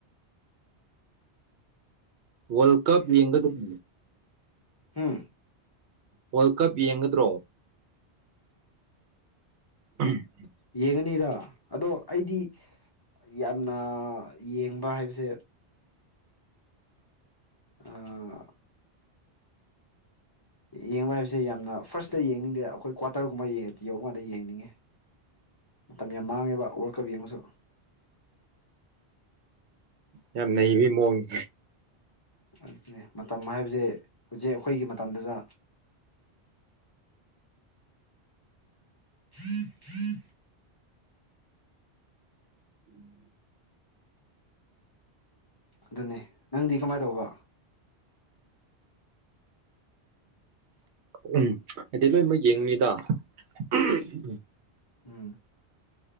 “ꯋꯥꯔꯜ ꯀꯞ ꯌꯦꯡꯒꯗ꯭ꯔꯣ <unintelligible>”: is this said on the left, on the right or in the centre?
Right